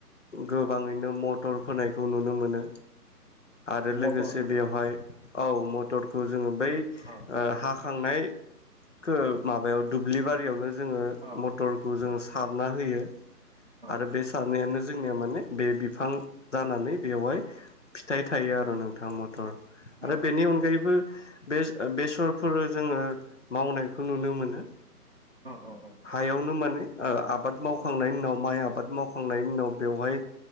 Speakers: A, on the left; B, on the right.
A: गोबाङैनो मटर फोनायखौ नुनो मोनो आरो लोगोसे
B: मटर
A: बेवहाय औ मटर खौ जोङो बै ओ
B: औ
A: हा खांनायखौ माबायाव दुब्लि बारियावनो जोङो
B: औ
A: मटरखौ जोङो सारना होयो।
B: औ
A: आरो बे सारनायानो जोंनिया माने बे बिफां जानानै बेवहाय फिथाइ थायो आरो नोंथाङा मटर आरो
B: औ
A: बेनि अनगायैबो बे बेसरफोर जोंङो मावनायखौ नुनो मोनो।
B: औ औ औ
A: बेयावनो माने ओ आबाद मावखांनायनि उनाव माइ आबाद मावखांनायनि उनाव बेवहाय